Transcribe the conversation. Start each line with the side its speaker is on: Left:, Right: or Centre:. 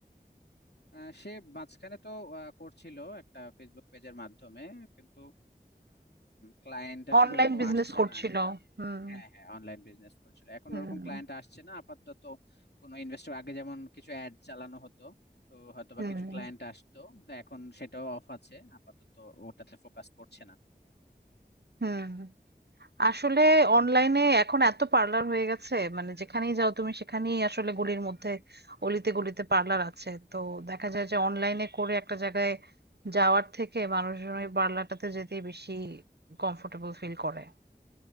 Left: আহ, সে মাঝখানে তো আহ, করছিল একটা ফেসবুক পেজের মাধ্যমে কিন্তু ক্লায়েন্ট আসলে
Right: অনলাইন
Left: ওরকম
Right: বিজনেস
Left: আসছে
Right: করছিল
Left: না এখন
Right: হুম
Left: হ্যাঁ হ্যাঁ অনলাইন বিজনেস করছিল এখন
Right: হুম
Left: ওরকম ক্লায়েন্ট আসছে না আপাতত কোনো ইনভেস্টর আগে যেমন কিছু অ্যাড চালানো হতো তো হয়তোবা
Right: হুম
Left: কিছু ক্লায়েন্ট আসতো তো এখন সেটাও অফ আছে আপাতত ওটাতে ফোকাস করছে না
Right: হুম আসলে অনলাইনে এখন এত পার্লার হয়ে গেছে মানে যেখানেই যাও তুমি সেখানেই আসলে গলির মধ্যে অলিতে গলিতে পার্লার আছে তো দেখা যায় যে অনলাইনে করে একটা জায়গায় যাওয়ার থেকে মানুষজন ওই পার্লারটাতে যেতেই বেশি কমফোর্টেবল ফিল করে